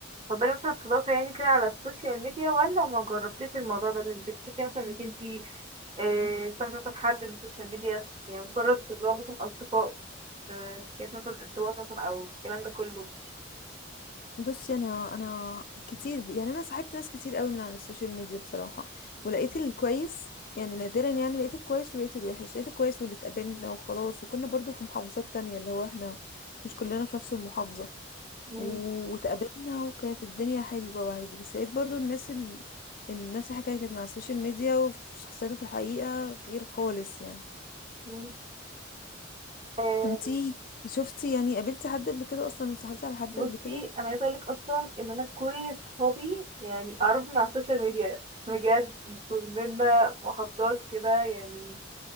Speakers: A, on the right; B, on the left.
A: تفضلي مثلا الصداقة يعني كده على السوشيال ميديا ولا ما جربتيش الموضوع ده انك بتحبي مثلا انك انتي آه، تصاحبي مثلا حد من السوشيال ميديا يعني مجرد اللي هو مثلا أصدقاء آه، كانت مثلا ارتباط مثلا أو الكلام ده كله
B: بصي انا انا كتير ب... يعني انا صاحبت ناس كتير قوي من على السوشيال ميديا بصراحه ولقيت الكويس يعني نادرا يعني لقيت الكويس ولقيت الوحش لقيت الكويس واللي اتقابلنا وخلاص وكنا برضو في محافظات تانية اللي هو احنا مش كلنا في نفس المحافظه
A: مم.
B: و- واتقابلنا وكانت الدنيا حلوه وعادي بس لقيت برضو الناس ال... ال... نفس الحكايه كانت من على السوشيال ميديا وفي شخصيتها في الحقيقه غير خالص يعني
A: مم. آه،
B: انتي شفتي يعني قابلتي حد قبل كده اصلا وصاحبتي على حد
A: بصي
B: قبل كده
A: أنا عايزة أقولك أصلا إن أنا كل صحابي يعني أعرف من على السوشيال ميديا بجد بيكون بينا محافظات كده يعني